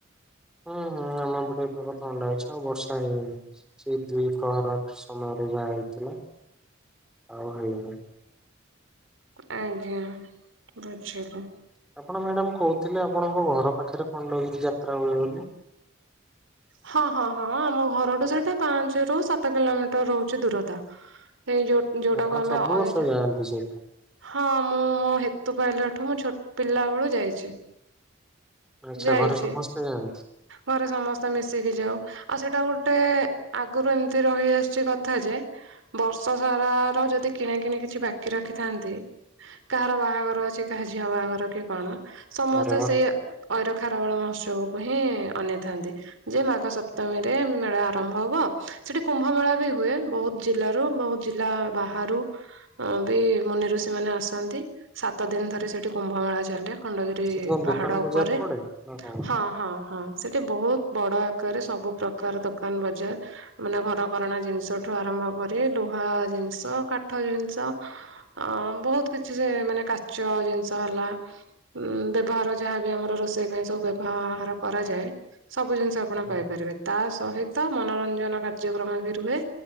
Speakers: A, in the centre; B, on the right.
A: ହଁ ହଁ ଆମ ପଟେ ବି ପାଗ ଥଣ୍ଡା ଅଛି ଆଉ ବର୍ଷା ହେଇନି। ସେଇ ଦୁଇ ପ୍ରହର ସମୟରେ ଯାହା ହେଇଥିଲା ଆଉ ହେଇନି।
B: ଆଜ୍ଞା ବୁଝିଲୁ।
A: ଆପଣ ମ୍ୟାଡ଼ାମ୍ କହୁଥିଲେ ଆପଣଙ୍କ ଘର ପାଖରେ ଖଣ୍ଡଗିରି ଯାତ୍ରା ହୁଏ ବୋଲି।
B: ହଁ ହଁ ହଁ ଆମ ଘରଠୁ ସେଟା ପାଞ୍ଚ ରୁ ସାତ କିଲୋମିଟର ରହୁଛି ଦୂରତା। ସେ ଯୋଉ ଯୋଉଟା
A: ଆପଣ
B: କୁ ଆମେ
A: ସବୁ
B: ଅଇ
A: ବର୍ଷ ଯାଆନ୍ତି ସେଇଟା
B: ହଁ ମୁଁ ମୋ ହେତୁ ପାଇଲା ଠୁ ମୁଁ ଛୋଟ ପିଲା ବେଳୁ ଯାଇଛି।
A: ଆଚ୍ଛା
B: ଯାଇଛି
A: ଘରେ ସମସ୍ତେ ଯାଆନ୍ତି
B: ଘରେ ସମସ୍ତେ ତ ମିଶିକି ଯାଉ ଆଉ ସେଇଟା ଗୋଟେ ଆଗରୁ ଏମିତି ରହିଆସିଛି କଥା ଯେ ବର୍ଷ ସାରା ର ଯଦି କିଣା କିଣି କିଛି ବା କି ରଖିଥାନ୍ତି କାହାର ବାହାଘର ଅଛି କାହା ଝିଅ ବାହାଘର କି କଣ। ସମସ୍ତେ
A: ଆରେ ବା।
B: ସେଇ ଐର ଖାରବେଳ ମହୋତ୍ସବକୁ ହିଁ ଅନେଇଥାନ୍ତି। ଯେ ମାଘ ସପ୍ତମୀ ରେ ମେଳା ଆରମ୍ଭ ହବ ସେଠି କୁମ୍ଭ ମେଳା ବି ହୁଏ। ବହୁତ ଜିଲ୍ଲାରୁ ବହୁତ ଜିଲ୍ଲା ବାହାରୁ ବି ମୁନିଋଷି ମାନେ ଆସନ୍ତି। ସାତ ଦିନ ଧରି ସେଠି କୁମ୍ଭ ମେଳା ଚାଲେ। ଖଣ୍ଡଗିରି
A: ସେଠି କଣ
B: ପାହାଡ
A: ଦୋକାନ ବଜାର
B: ଉପରେ
A: ପଡେ ନା କଣ?
B: ହଁ ହଁ ହଁ ସେଠି ବହୁତ ବଡ ଆକାରରେ ସବୁ ପ୍ରକାର ଦୋକାନ ବଜାର। ମାନେ ଘରକରଣା ଜିନିଷଠୁ ଆରମ୍ଭ କରି ଲୁହା ଜିନିଷ କାଠ ଜିନିଷ ଅ ବହୁତ କିଛି ସେ ମାନେ କାଚ ଜିନିଷ ହେଲା। ଉଁ ବ୍ୟବହାର ଯାହାବି ଆମର ରୋଷେଇ ପାଇଁ ସବୁ ବ୍ୟବହାର କରାଯାଏ ସବୁ ଜିନିଷ। ଆପଣ
A: ହୁଁ।
B: ପାଇପାରିବେ ତା ସହିତ ମନୋରଞ୍ଜନ କାର୍ଯ୍ୟକ୍ରମ ବି ରୁହେ।